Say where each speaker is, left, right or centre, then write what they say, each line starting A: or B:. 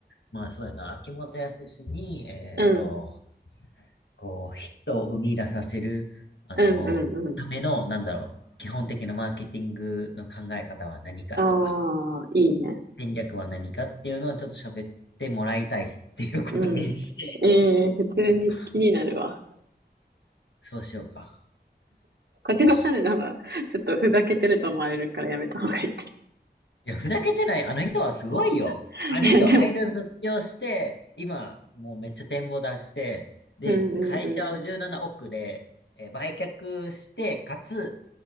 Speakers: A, on the left; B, on the right.
A: まあそうやな、秋元康に、えっと、
B: うん、
A: こう、ヒットを生み出させる、あの、
B: うん、うん、うん。
A: ための、なんだろう、基本的なマーケティングの考え方は何かとか、
B: ああ、いいね。
A: 戦略は何かっていうのをちょっと喋ってもらいたいっていうことにして、
B: うん。ええ普通に気になるわ。
A: そうしようか。そうしようか。
B: 小島春菜は、
A: よし。
B: ちょっとふざけてると思われるからやめた方がいいと。
A: いや、ふざけてない。あの人はすごいよ。
B: <laughs>
A: あの人、
B: いや、でも、
A: アイドル卒業して、今、もうめっちゃ展望出して、で、
B: うん、
A: 会社を17億で、
B: うん、うん、
A: えー売却して、かつ、